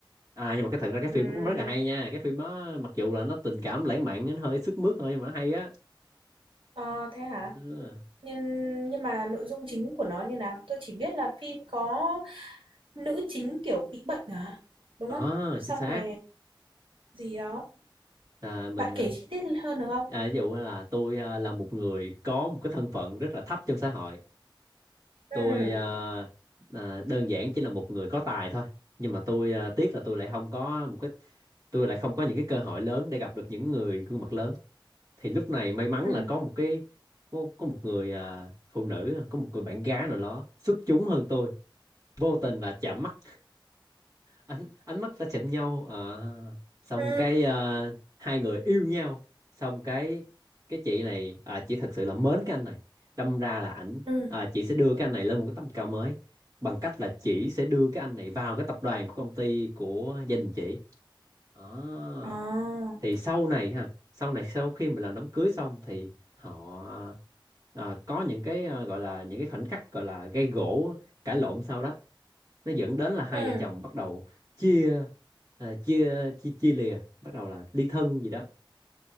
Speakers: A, on the right; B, on the right.
A: à nhưng mà cái thật ra cái phim
B: ừm.
A: nó cũng rất là hay nha cái phim nó mặc dù là nó tình cảm lãng mạn nó hơi sức mướt thôi nhưng mà nó hay á
B: Ờ, thế hả?
A: à,
B: Nhưng nhưng mà nội dung chính của nó như nào? Tôi chỉ biết là phim có nữ chính kiểu bị bệnh à? Đúng
A: à,
B: không? Xong
A: chính xác
B: rồi gì đó.
A: là mình
B: Bạn kể
A: à,
B: chi tiết hơn được không?
A: à, ví dụ là tôi à, là một người có một cái thân phận rất là thấp trong xã hội
B: Ừ,
A: tôi à, à, đơn giản chỉ là một người có tài thôi nhưng mà tôi à, tiếc là tôi lại không có một cái tôi lại không có những cái cơ hội lớn để gặp được những người gương mặt lớn thì lúc này may mắn
B: ừ,
A: là có một cái có, có một người à, phụ nữ có một người bạn gái nào đó xuất chúng hơn tôi vô tình là chạm mắt ánh ánh mắt đã chạm nhau ờ. xong
B: ừ,
A: cái à, hai người yêu nhau xong cái cái chị này à, chị thật sự là mến cái anh này đâm ra là ảnh
B: ừ.
A: à, chị sẽ đưa cái anh này lên một cái tầm cao mới bằng cách là chị sẽ đưa cái anh này vào cái tập đoàn của công ty của gia đình chị Đó
B: À,
A: thì sau này ha sau này sau khi mà làm đám cưới xong thì họ à, có những cái à, gọi là những cái khoảnh khắc gọi là gây gổ cãi lộn sau đó nó dẫn đến là hai
B: ừ,
A: vợ chồng bắt đầu chia à, chia chia chia lìa bắt đầu là ly thân gì đó